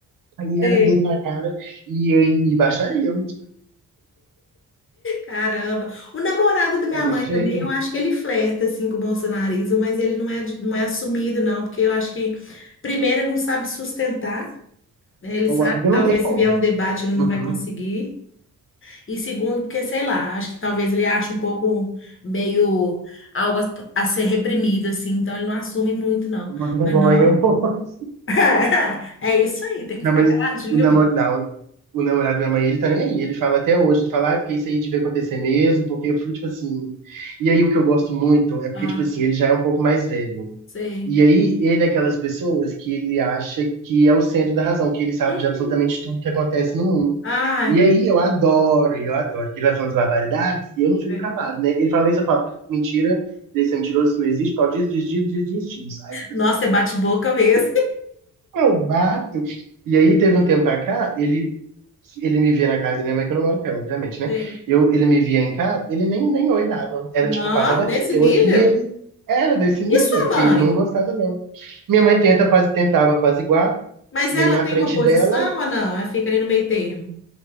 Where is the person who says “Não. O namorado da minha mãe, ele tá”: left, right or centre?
Right